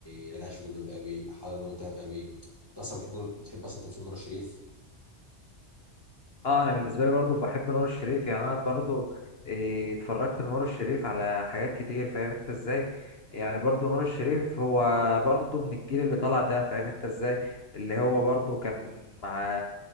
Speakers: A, on the left; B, on the left.
A: اللي انا عايش في جلباب ابي حضرة متهم ابي انت اصلا بتحب بتحب اصلا تمثيل نور الشريف
B: أه أنا بالنسبة لي برضو بحب نور الشريف يعني أنا برضو إيه، اتفرجت لنور الشريف على حاجات كتير فاهم أنت إزاي يعني برضو نور الشريف هو برضو من الجيل اللي طلع ده فاهم أنت إزاي اللي هو برضو كان مع